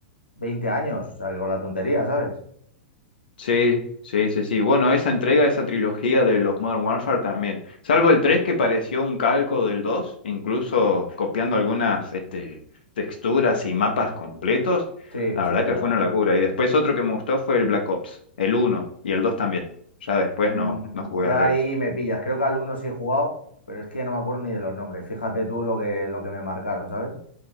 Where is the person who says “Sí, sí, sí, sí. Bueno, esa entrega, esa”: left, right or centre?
Left